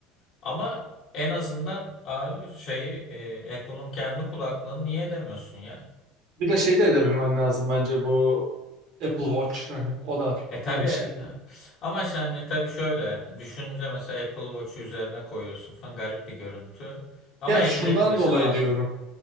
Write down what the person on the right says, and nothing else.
Bir de şey de edebilmen lazım bence bu Apple Watch hani o da
aynı
şekilde.
Ya
şundan dolayı
diyorum.